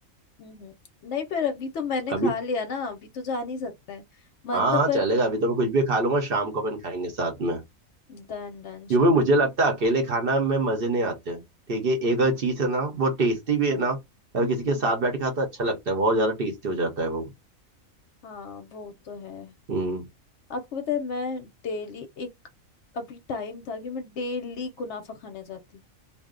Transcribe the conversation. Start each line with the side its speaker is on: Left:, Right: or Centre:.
Left: हम्म। नहीं पर अभी तो मैंने खा
Right: अभी
Left: लिया ना अभी तो जा नहीं सकते हैं मन
Right: हाँ
Left: तो
Right: हाँ
Left: पर
Right: चलेगा अभी तो मैं कुछ भी खा लूंगा शाम को अपन खाएंगे साथ में
Left: डन डन
Right: यूं
Left: शाम
Right: भी मुझे लगता है अकेले खाना में मजे नहीं आते ठीक है एक अगर चीज है ना वो टेस्टी भी है ना अगर
Left: को।
Right: किसी के साथ बैठ के खाता अच्छा लगता है बहुत ज्यादा टेस्टी हो जाता है वो
Left: हाँ वो तो है
Right: हम्म
Left: आपको पता है मैं डेली एक अभी टाइम था कि मैं डेली कुनाफा खाने जाती